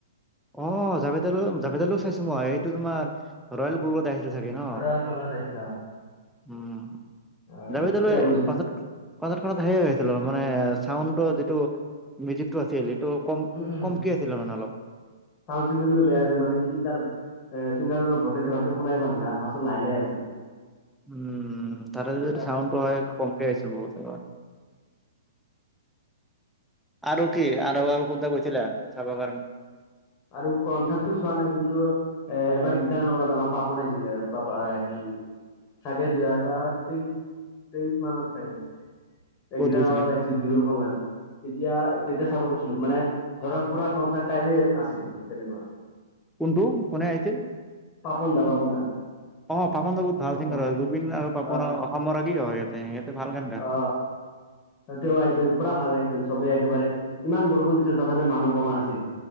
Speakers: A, in the centre; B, on the left (about 25°).
A: অঁ জাবেদ আলি জাবেদ আলি চাইছো মই এইটো তোমাৰ-
B: অ'
A: ৰয়েল গুগলত আহিছো চাগে ন।
B: ৰয়েল ক্লাবত চাইছিলা?
A: উম'
B: হয়
A: যাবেদ
B: তেতিয়া
A: আলি
B: গৈছিলো
A: পাছত- পাছৰ খনত ধেই হৈছিল মানে চাউণ্ডৰ যিটো মিউজিকটো আছিল সেই- টো কম
B: উম উম
A: কমকেই আছিলে মানে অলপ।
B: চাউণ্ড চিচটেমটো বেয়া আছে মানে কি তাৰ- এ চিংগাৰজনৰ ভকেলটো ভালকে শুনাই পোৱা নাই ফাছত লাহে লাহে আহিছিল।
A: উম' তাতে যদি এইটো
B: তাৰপিছত
A: চাউণ্ডটো হয় কমকে আহিছিল বহুত তোমাৰ। আৰু কি আৰু কৰবাত গৈছিলা চাবৰ কাৰণে।
B: আৰু কনচাৰ্টটো চোৱা নাই কিন্তু, - এ এবাৰ গীতানগৰত আমাৰ পাপন নাইছিলে পাপা হেৰি- চাগে দুই হাজাৰ তেইছ তেইছ মানত চাগে এগিজানাবাৰ
A: ক'ত গৈছিলা?
B: আইচ- ছিল বিহুৰ সময়ত তেতিয়া তেতিয়া চাব গৈছিলো মানে ধৰক পুৰা কনচাৰ্ট টাইপে- আছিল মানে তেনেকুৱা।
A: কোনটো কোনে আহিছিল?
B: পাপন দা পাপন দা।
A: অঁ, পাপন দা বহুত ভাল
B: পাপন
A: ছিংগাৰ হয়, জুবিন আৰু পাপনৰ
B: অ
A: অসমৰাগী হয় ইয়াতে সিহঁতে ভাল গান গায়।
B: অ তেওঁ আহিছিল পুৰা ভাল লাগিছিল চবেই একেবাৰে ইমান বৰষুণ দিছিল তথাপি মানুহ কমা নাছিল।